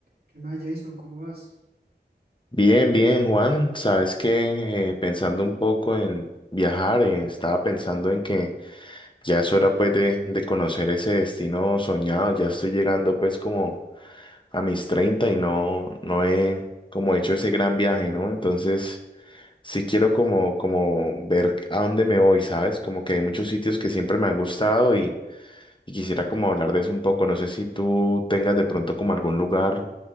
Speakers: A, on the right (about 60°); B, on the left (about 25°).
A: ¿Qué más, Jason? ¿Cómo vas?
B: Bien, bien, Juan. Sabes que eh, pensando un poco en viajar, eh, estaba pensando en que ya es hora pues de, de conocer ese destino soñado. Ya estoy llegando pues como a mis 30 y no, no he como hecho ese gran viaje, ¿no? Entonces sí quiero como, como ver a dónde me voy, ¿sabes? Como que hay muchos sitios que siempre me han gustado y, y quisiera como hablar de eso un poco. No sé si tú tengas de pronto como algún lugar